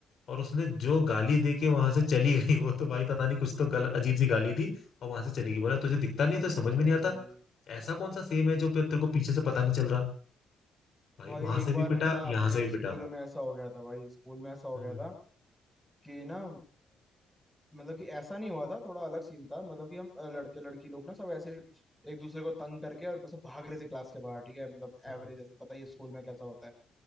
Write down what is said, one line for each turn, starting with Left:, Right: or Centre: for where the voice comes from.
Left: और उसने जो गाली दे के वहां से चली <laughs> गई वो तो भाई पता नहीं कुछ तो गल अजीब सी गाली दी और वहां से चली गई बोला तुझे दिखता नहीं है,
Centre: अरे
Left: तो समझ में
Centre: भाई
Left: नहीं आता ऐसा कौन सा सेम है जो पे- तेरे को पीछे से पता नहीं चल रहा भाई
Centre: भाई
Left: वहां
Centre: एक
Left: से
Centre: बार
Left: भी पिटा
Centre: ना
Left: यहाँ
Centre: अपने
Left: से भी
Centre: स्कूल
Left: पिटा
Centre: में ऐसा हो गया था भाई स्कूल में ऐसा हो
Left: हम्म
Centre: गया था कि ना अ, मतलब कि ऐसा नहीं हुआ था थोड़ा अलग सीन था मतलब कि हम अ, लड़के लड़की लोग ना सब ऐसे एक दूसरे को तंग करके और बस भाग रहे थे क्लास के बाहर ठीक है मतलब एवरेज
Left: हाँ,
Centre: ऐसे पता ही है स्कूल में कैसा होता है